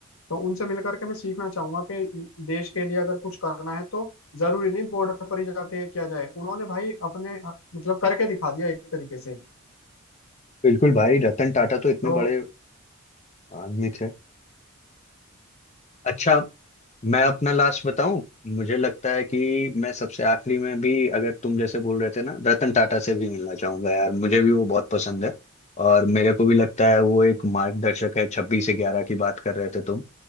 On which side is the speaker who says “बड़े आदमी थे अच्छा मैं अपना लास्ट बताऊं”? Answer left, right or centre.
Left